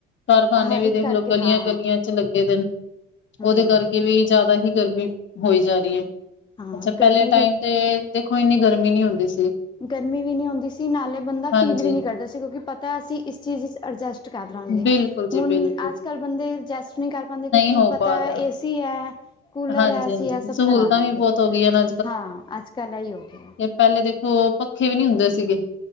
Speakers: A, on the left; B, on the left.
A: ਕਾਰਖਾਨੇ
B: ਹਰਿਕ
A: ਵੀ ਦੇਖ
B: ਕਰਕੇ
A: ਲਓ ਗਲੀਆਂ
B: ਹਾਂ
A: ਗਲੀਆਂ ਚ ਲੱਗੇ ਦੇਨ
B: ਹੂੰ
A: ਓਦੇ ਕਰਕੇ ਕੇ ਵੀ ਜਿਆਦਾ ਹੀ ਗਰਮੀ ਹੋਈ ਜਾ ਰੀ ਏ।
B: ਹਾਂ
A: ਅੱਛਾ ਪੈਲੇ
B: ਗਰਮੀ
A: ਟਾਈਮ
B: ਵੀ
A: ਤੇ ਦੇਖੋ ਇੰਨੀ ਗਰਮੀ ਨੀ ਹੁੰਦੀ ਸੀ।
B: ਗਰਮੀ ਵੀ ਨੀ ਹੁੰਦੀ ਨਾਲੇ ਬੰਦਾ
A: ਹਾਂਜੀ,
B: ਫੀਲ ਵੀ ਨੀ ਕਰਦਾ ਸੀ ਕਿਉਂਕਿ ਪਤਾ ਅਸੀਂ ਇਸ ਚੀਜ਼ ਵਿੱਚ ਅਡਜਸਟ ਕਰ ਲਾਂਗੇ।
A: ਬਿਲਕੁਲ ਜੀ
B: ਹੁਣ
A: ਬਿਲ
B: ਅੱਜ ਕੱਲ੍ਹ ਬੰਦੇ ਐਡਜੈਸ ਨਈ ਕਰ ਪਾਂਦੇ ਕਿਉਂਕਿ
A: ਹੋ
B: ਪਤਾ
A: ਪਾ ਰਿਹਾ।
B: ਏਸੀ ਐ, ਕੂਲਰ
A: ਹਾਂਜੀ-ਹਾਂਜੀ,
B: ਐ ਅਸੀਂ ਐ ਸਭ
A: ਸਹੂਲਤਾਂ
B: ਚਲਾ ਲਾਂਗੇ।
A: ਵੀ ਬਹੁਤ ਹੋ ਗਈਆਂ ਨੇ
B: ਹਾਂ ਅੱਜ ਕੱਲ ਐ ਈ ਹੋ ਗਿਆ।
A: ਪੈਲੇ ਦੇਖੋ ਪੱਖੇ ਵੀ ਨੀ ਹੁੰਦੇ ਸੀਗੇ।